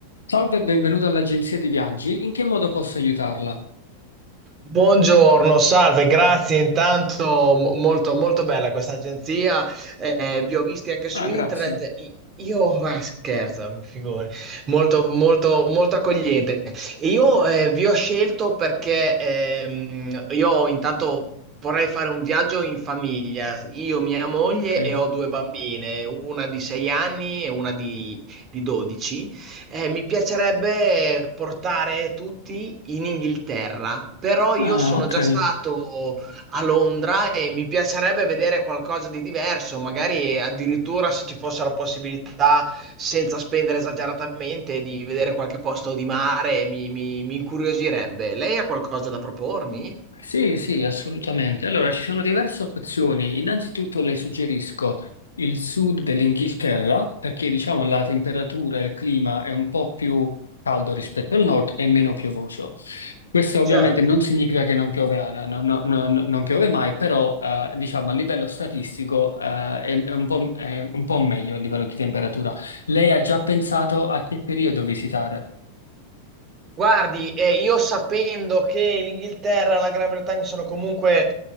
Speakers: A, on the left (about 75°); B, on the right (about 30°).
A: Salve e benvenuto all'agenzia di viaggi. In che modo posso aiutarla?
B: Buongiorno, salve, grazie intanto, mo- molto, molto bella questa agenzia, eh, vi ho visti anche su
A: Ah,
B: internet,
A: grazie.
B: I- io, ma scherzo, mi figuri, molto, molto, molto accogliente. Io eh, vi ho scelto perché ehm, io intanto vorrei fare un viaggio in famiglia, io, mia moglie
A: Ok.
B: e ho due bambine, una di 6 anni e una di, di 12 eh, mi piacerebbe portare tutti in Inghilterra, però io
A: Ah,
B: sono
A: ok.
B: già stato a Londra e mi piacerebbe vedere qualcosa di diverso, magari addirittura se ci fosse la possibilità, senza spendere esageratamente, di vedere qualche posto di mare, mi, mi mi incuriosirebbe. Lei ha qualcosa da propormi?
A: Sì, sì, assolutamente. Allora, ci sono diverse opzioni. Innanzitutto le suggerisco il sud dell'Inghilterra, perché diciamo la temperatura e il clima è un po' più caldo rispetto al nord e meno piovoso. Questo ovviamente
B: Certo.
A: non significa che non piove, eh, no- no- no- no- non piove mai, però eh, diciamo a livello statistico eh, è, è un po', m- è un po' meglio a livello di temperatura. Lei ha già pensato a che periodo visitare?
B: Guardi, eh, io sapendo che l'Inghilterra e la Gran Bretagna sono comunque